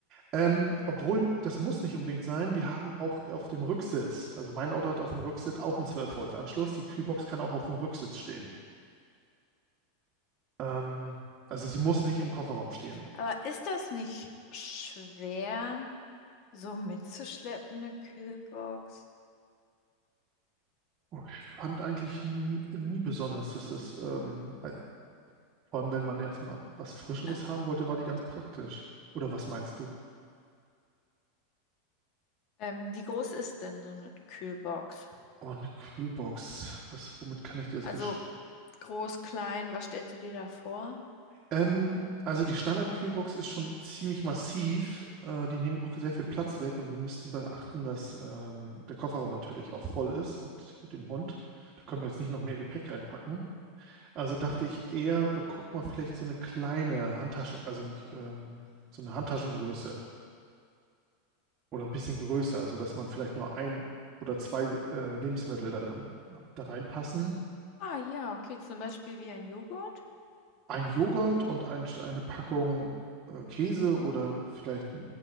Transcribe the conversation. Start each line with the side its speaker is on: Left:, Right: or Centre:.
Right: Ähm, obwohl, das muss nicht unbedingt sein. Wir haben auch auf dem Rücksitz, also mein Auto hat auf dem Rücksitz auch einen 12-Volt-Anschluss. Die Kühlbox kann auch auf dem Rücksitz stehen. Ähm, also sie muss nicht im Kofferraum stehen.
Left: Aber ist das nicht schwer, so mitzuschleppen, eine Kühlbox?
Right: Und Ich fand eigentlich nie, nie besonders, dass das, ähm, äh, vor allem wenn man jetzt mal was Frischeres
Left: Ä-
Right: haben wollte, war die ganz praktisch. Oder was meinst du?
Left: Ähm, wie groß ist denn so eine Kühlbox?
Right: Oh, eine Kühlbox. Was, womit kann ich dir das
Left: Also
Right: besch
Left: groß, klein, was stellst du dir da vor?
Right: Ähm, also die Standard-Kühlbox ist schon ziemlich massiv. Äh, die nehmen auch sehr viel Platz weg und wir müssten beachten, dass ähm, der Kofferraum natürlich auch voll ist mit, mit dem Hund. Da können wir jetzt nicht noch mehr Gepäck reinpacken. Also dachte ich eher, wir gucken mal vielleicht so eine kleine Handtaschen, also nicht ähm, so eine Handtaschengröße oder ein bisschen größer, sodass man vielleicht nur ein oder zwei äh, Lebensmittel da drin, da reinpassen
Left: Ah ja, okay, zum Beispiel wie ein Joghurt.
Right: ein Joghurt und ein, eine Packung äh, Käse oder vielleicht